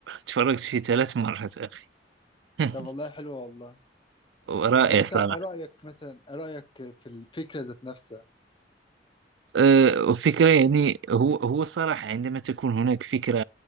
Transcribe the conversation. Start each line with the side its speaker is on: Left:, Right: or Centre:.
Right: تفرجت في ثلاث مرات أخي <laughs>
Left: طب والله حلو والله
Right: ورائع
Left: إيه، طب انت
Right: صراحة
Left: ايه رأيك مثلا ايه رأيك في الفكرة ذات نفسها
Right: آه، فكرة يعني هو هو الصراحة عندما تكون هناك فكرة